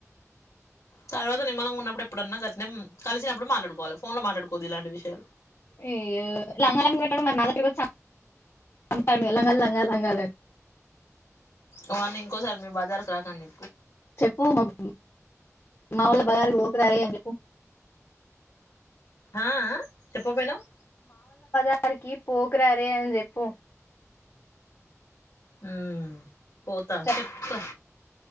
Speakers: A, on the left; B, on the left.
A: తర్వాత నిమ్మలం ఉన్నప్పుడు ఎప్పుడన్నా గత్నం కలిసినప్పుడు మాట్లాడుకోవాలి ఫోన్ లో మాట్లాడుకోవద్దు ఇలాంటి విషయాలు
B: అయ్యో లంగాల అని నా దగ్గరకి వచ్చి <unintelligible> అమ్ముతాడు మే లంగాలు లంగాలు లంగాలు అని
A: అవ్వన్నా ఇంకోసారి మీ బజారుకు రాకండి
B: చెప్పు మా వాళ్ళు బజారుకి పోకు రా రేయ్ అని చెప్పు
A: ఆ ఆ చెప్పకపోయినావ్
B: జారికి పోకురా రేయ్ అని చెప్పు
A: ఉ పోతా
B: చెప్
A: చెప్తా